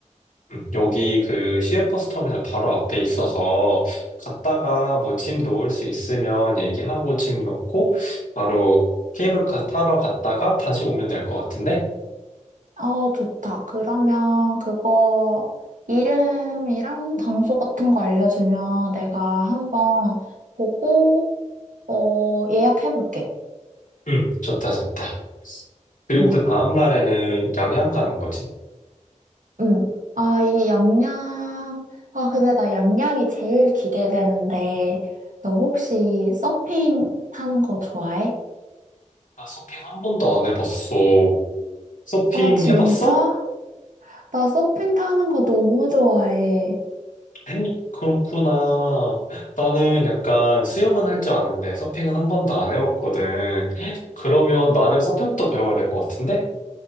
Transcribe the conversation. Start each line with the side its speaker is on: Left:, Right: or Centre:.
Left: 음, 여기 그 시외버스 터미널 바로 앞에 있어서 갔다가 뭐 짐 놓을 수 있으면 얘기하고 짐 놓고 바로 케이블카 타러 갔다가 다시 오면 될 것 같은데?
Right: 어, 좋다. 그러면 그거 이름이랑 장소 같은 거 알려주면 내가 한번 보고, 어, 예약해볼게.
Left: 응, 좋다, 좋다. 그리고
Right: 응.
Left: 그 다음날에는 양양 가는 거지.
Right: 음. 아, 이 양양. 아, 근데 나 양양이 제일 기대되는데, 너 혹시 서핑 타는 거 좋아해?
Left: 아, 서핑 한 번도 안 해봤어. 서핑
Right: 아, 진짜?
Left: 해봤어?
Right: 나 서핑 타는 거 너무 좋아해.
Left: 에이, 그렇구나. 나는 약간 수영은 할 줄 아는데 서핑은 한 번도 안 해봤거든. 그러면 나는 서핑부터 배워야 될 것 같은데?